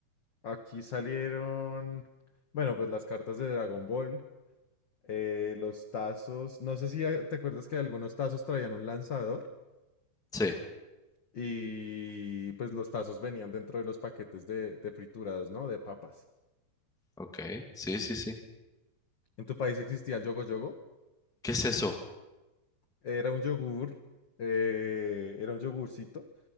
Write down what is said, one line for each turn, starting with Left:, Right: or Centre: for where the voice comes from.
Left: Aquí salieron, bueno, pues las cartas de Dragon Ball, eh, los tazos. No sé si eh, te acuerdas que algunos tazos traían un lanzador.
Centre: Sí,
Left: Y pues los tazos venían dentro de los paquetes de, de frituras, ¿no? De papas.
Centre: ok, sí, sí, sí.
Left: ¿En tu país existía el yogo yogo?
Centre: ¿Qué es eso?
Left: Era un yogur, eh, era un yogurcito